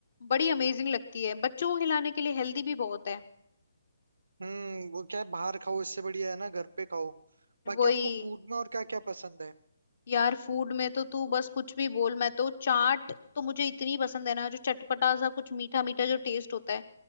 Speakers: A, on the left; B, on the right.
A: बड़ी अमेजिंग लगती है बच्चों को खिलाने के लिए हेल्दी भी बहुत है
B: हम्म वो क्या है बाहर खाओ इससे बढ़िया है ना घर पे खाओ बाकी
A: वही
B: आपको फूड में और क्या क्या पसंद है
A: यार फूड में तो तू बस कुछ भी बोल मैं तो चाट तो मुझे इतनी पसंद है ना जो चटपटा सा कुछ मीठा मीठा जो टेस्ट होता है